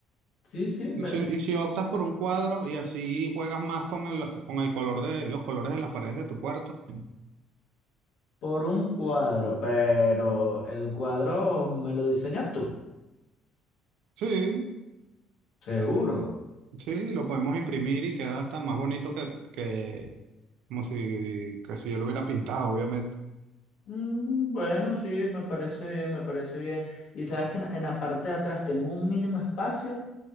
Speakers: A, on the left; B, on the right.
A: Sí, sí, me-
B: Y si, y si optas por un cuadro y así juegas más con el, con el color de los colores de las paredes de tu cuarto.
A: por un cuadro, pero el cuadro me lo diseñas tú,
B: Sí,
A: seguro.
B: sí, lo podemos imprimir y queda hasta más bonito que, que como si, que si yo lo hubiera pintado, obviamente.
A: Mm, bueno, sí, me parece bien, me parece bien. Y sabes que en, en la parte de atrás tengo un mínimo espacio,